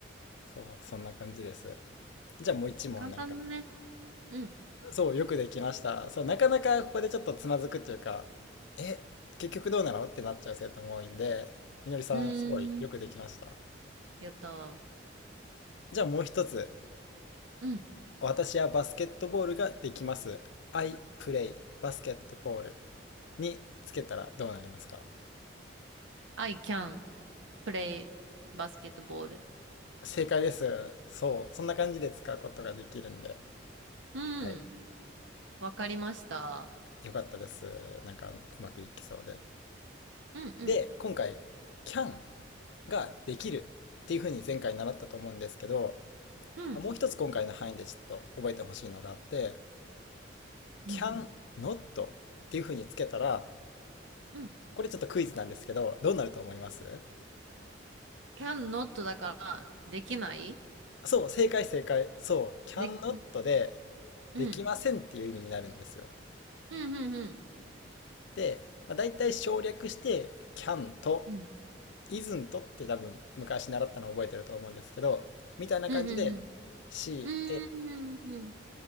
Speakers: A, on the left (about 65°); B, on the right (about 85°).
A: そう、そんな感じです。じゃあもう一問なんか。
B: 簡単だね。うん。
A: そう、よくできました。そう、なかなかここでちょっとつまずくっていうか、え、結局どうなのってなっちゃう生徒も多いんで、みのりさん、
B: うーん。
A: すごいよくできました。
B: やったー。
A: じゃあもう一つ。
B: うん。
A: 私はバスケットボールができます。I play バスケットボールにつけたらどうなりますか
B: I can play basketball.
A: 正解です。そう。そんな感じで使うことができるんで。
B: うん。
A: はい。
B: わかりました。
A: よかったです。なんかうまくいきそうで。
B: うんうん。
A: で、今回、can ができるっていうふうに前回習ったと思うんですけど、
B: うん。
A: もう一つ今回の範囲でちょっと覚えてほしいのがあって、
B: うんうん。
A: can not っていうふうにつけたら、
B: うん
A: これちょっとクイズなんですけど、どうなると思います
B: can not だから、できない
A: そう、正解正解。そう、can
B: で、
A: not
B: うん。
A: で、
B: うん。
A: できませんっていう意味になるんですよ。
B: うんうんうん。
A: で、まあ、大体省略して、can と
B: うん。
A: isn't って多分昔習ったのを覚えてると思うんですけど、みたいな感じで、
B: うんうん
A: can
B: うん。うんうん